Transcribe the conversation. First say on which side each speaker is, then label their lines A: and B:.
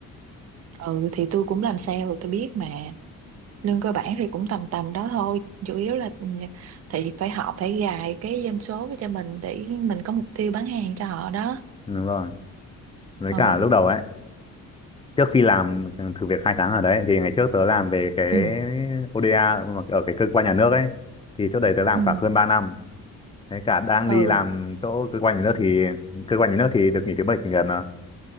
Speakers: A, on the right (about 45°); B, on the left (about 15°).
A: ừ thì tôi cũng làm sale rồi tôi biết mà lương cơ bản thì cũng tầm tầm đó thôi chủ yếu là ừ, thì phải họ phải gài cái doanh số cho mình để mình có mục tiêu bán hàng cho họ đó
B: Đúng rồi. Với
A: ừ
B: cả lúc đầu ấy, trước khi làm thử việc 2 tháng ở đấy thì ngày trước tớ làm về cái
A: ừ
B: ODA mà ở cái cơ quan nhà nước ấy. Thì chỗ đấy tớ làm
A: ừ
B: khoảng hơn 3 năm. Thế cả đang
A: ừ
B: đi làm chỗ cơ quan nhà nước thì cơ quan nhà nước thì được nghỉ thứ bảy chủ nhật à,